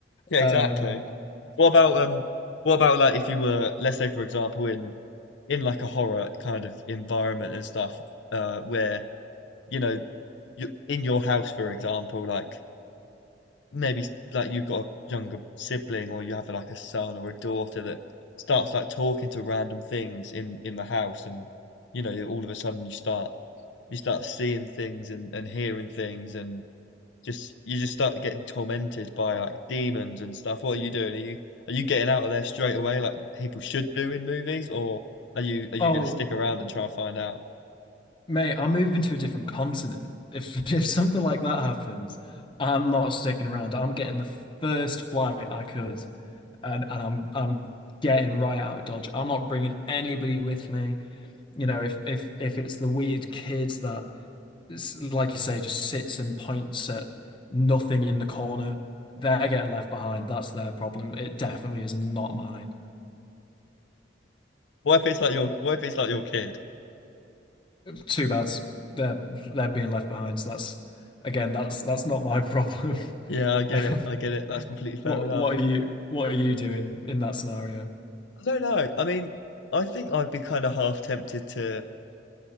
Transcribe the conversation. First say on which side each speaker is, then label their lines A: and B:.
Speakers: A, on the left; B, on the left.
A: Yeah,
B: Um,
A: exactly. What about um, what about like if you were, let's say, for example, in in like a horror kind of environment and stuff, uh, where you know, you in your house, for example, like maybe like you've got a younger sibling or you have like a son or a daughter that starts like talking to random things in in the house and you know all of a sudden you start you start seeing things and and hearing things and just you just start getting tormented by like demons and stuff what are you doing are you are you getting out of there straight away like people should do in movies or are you are you
B: oh,
A: going to stick around and try and find out
B: mate, I'm moving to a different continent. If <laughs> if something like that happens, I'm not sticking around. I'm getting the first flight I could, and and I'm I'm getting right out of Dodge. I'm not bringing anybody with me. You know, if if if it's the weird kid that, s- like you say, just sits and points at nothing in the corner, they're getting left behind. That's their problem. It definitely is not mine.
A: what if it's like your what if it's like your kid
B: too bad they're they're being left behind. So that's again, that's that's not my problem. <laughs>
A: yeah I get
B: Um,
A: it I get it that's completely fair
B: what
A: enough
B: what are you what are you doing in that scenario?
A: I don't know. I mean, I think I'd be kind of half tempted to